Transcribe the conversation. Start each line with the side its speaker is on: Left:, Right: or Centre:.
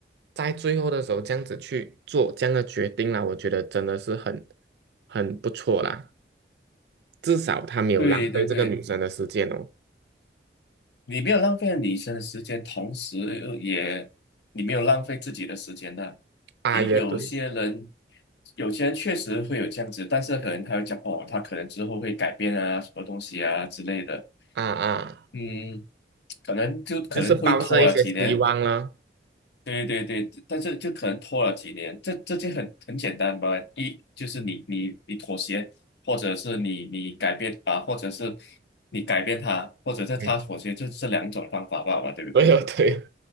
Right: 在最后的时候这样子去做这样的决定啦，我觉得真的是很很不错啦。至少他没有浪费这个女生的时间哦。
Left: 对对对，你没有浪费女生的时间，同时又也你没有浪费自己的时间呢、
Right: 啊，
Left: 诶，
Right: 也对，
Left: 有些人，有些人确实会有这样子，但是可能他会讲哦，他可能之后会改变啊，什么东西啊之类的，
Right: 啊啊，
Left: 嗯，可能就可能会拖了几年，
Right: 就是抱着一些希望了。
Left: 对对对，但是就可能拖了几年，这这就很很简单吧，一就是你你你妥协，或者是你你改变啊，或者是你改变他，或者是他妥协，
Right: 嗯，
Left: 就这两种方法罢了，
Right: <laughs>
Left: 对不对？
Right: 对哦，对哦，